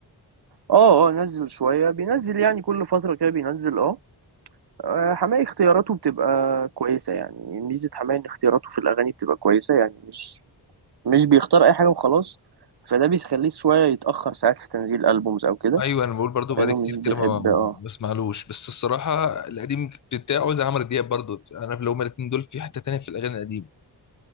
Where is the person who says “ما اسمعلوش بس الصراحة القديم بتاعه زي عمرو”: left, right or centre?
Left